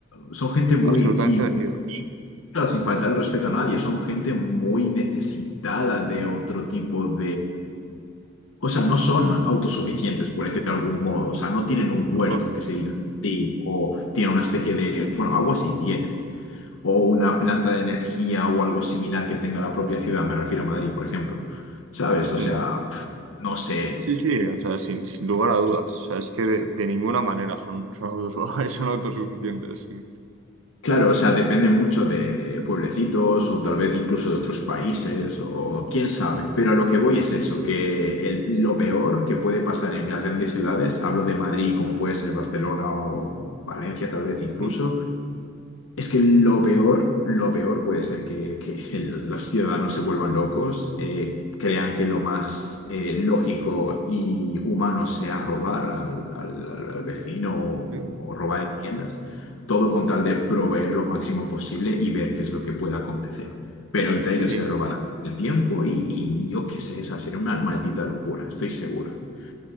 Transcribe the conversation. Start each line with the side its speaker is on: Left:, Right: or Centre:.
Left: Son gente muy,
Right: absolutamente
Left: y
Right: vendido.
Left: claro, sin faltar el respeto a nadie, son gente muy necesitada de otro tipo O sea, no son autosuficientes, por decirlo de algún modo. O sea, no tienen un huerto
Right: O-
Left: que se digan sí, o tienen una especie de, bueno, agua sí tienen, o una planta de energía o algo similar que tenga la propia ciudad, me refiero a Madrid, por ejemplo. ¿Sabes? O
Right: mm.
Left: sea, no sé.
Right: Sí, sí, o sea, sin, sin lugar a dudas. O sea, es que de, de ninguna manera son, son, autos- <laughs> son autosuficientes. Sí.
Left: Claro, o sea, depende mucho de, de pueblecitos o tal vez incluso de otros países o quién sabe. Pero a lo que voy es eso, que el- lo peor que puede pasar en las grandes ciudades, hablo de Madrid como puede ser Barcelona o Valencia tal vez incluso,
Right: Ujú,
Left: es que lo peor, lo peor puede ser que, que <laughs> el- los ciudadanos se vuelvan locos, eh, crean que lo más eh, lógico y humano sea robar al, al- al- al vecino o,
Right: sí.
Left: o robar en tiendas, todo con tal de proveer lo máximo posible y ver qué es lo que pueda acontecer. Pero entre
Right: Sí,
Left: ellos se robarán el tiempo y, y yo qué sé, esa sería una maldita locura, estoy seguro.